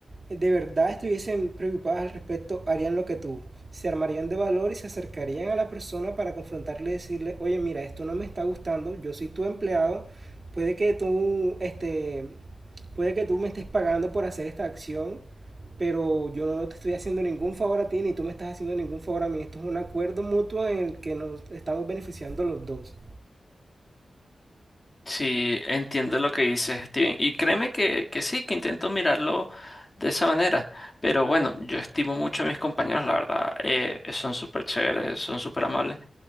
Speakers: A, on the right (about 35°); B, on the left (about 30°).
A: eh, de verdad estuviesen preocupadas al respecto, harían lo que tú. Se armarían de valor y se acercarían a la persona para confrontarle y decirle, oye, mira, esto no me está gustando, yo soy tu empleado, puede que tú este, puede que tú me estés pagando por hacer esta acción, pero yo no te estoy haciendo ningún favor a ti ni tú me estás haciendo ningún favor a mí. Esto es un acuerdo mutuo en el que nos estamos beneficiando los dos.
B: Sí, entiendo lo que dices, Steven. Y créeme que, que sí, que intento mirarlo de esa manera. Pero bueno, yo estimo mucho a mis compañeros, la verdad. eh, son súper chéveres, son súper amables.